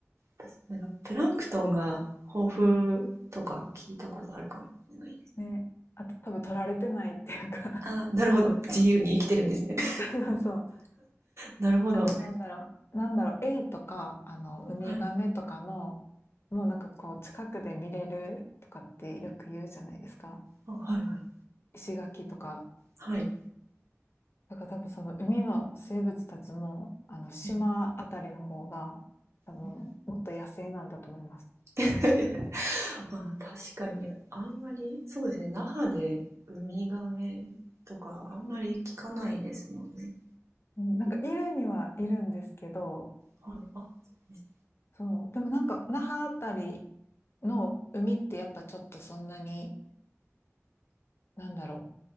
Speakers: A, on the right; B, on the left.
A: 私、なんか、プランクトンが豊富とか聞いたことあるかもしれないです。
B: うん。ね。あと多分取られてないっていうか
A: あ、なるほど。自由に生きてるんですね。<laughs>
B: <laughs> そうそうそう。
A: なるほど。
B: あとなんだろう、なんだろう、エイとか、あの、ウミガメとかの、
A: はい。
B: もうなんかこう、近くで見れるとかってよく言うじゃないですか。
A: あ、はいはい。
B: 石垣とか。
A: はい。
B: だから多分その海の生物たちも、あの、島あたりの方が、
A: うん
B: 多分、
A: うん
B: もっと野生なんだと思います。
A: <laughs>。あ、確かに、あんまり、そうですね、那覇でウミガメとか、あんまり聞かないですもんね。
B: うんなんか、いるにはいるんですけど、
A: はい。あ、そうです。
B: そう。でもなんか、那覇あたりの海ってやっぱちょっとそんなに、なんだろ